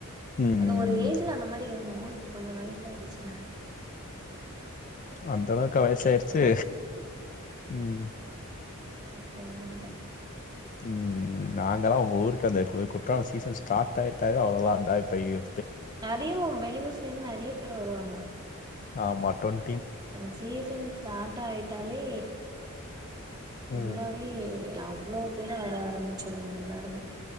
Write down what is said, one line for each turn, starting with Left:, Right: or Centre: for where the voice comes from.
Left: ம்
Right: அது ஒரு ஏஜ்ல அந்த மாரி இருந்தோ இப்ப கொஞ்சம் வயசு யரிச்சுதா
Left: அந்தளவுக்கா வயசாயிருச்சு உம்
Right: போக முடியல
Left: உம் நாங்கல்லா உங்க ஊருக்கு அந்த குற்றால சீசன் ஸ்டார்ட் ஆயிட்டாவே அவ்ளோதா இருந்தா போயிரு
Right: நெறைய வெளியூர்ஸ்ல இருந்து நெறைய பேரு வருவாங்க
Left: ஆஹ் மட்டோன்
Right: அந்த சீசன் ஸ்டார்ட் ஆயிட்டாலே உள்ளவே
Left: ம்
Right: அவ்ளோ பேர் வர ஆரம்பிச்சிருவாங்க எல்லாருமே